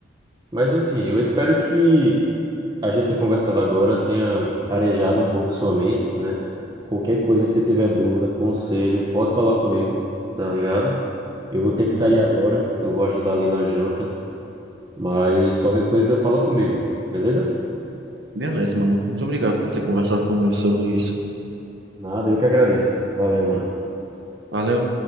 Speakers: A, on the right (about 25°); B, on the right (about 70°).
A: Mas enfim, eu espero que a gente ter conversado agora tenha arejado um pouco sua mente, né? Qualquer coisa que você tiver dúvida, conselho, pode falar comigo, tá ligado? Eu vou ter que
B: Uhum.
A: sair agora, eu vou ajudar ali na janta, mas qualquer coisa fala comigo, beleza?
B: Beleza, mano. Muito obrigado por ter conversado comigo sobre isso.
A: Nada, eu que agradeço. Valeu, mano.
B: Valeu.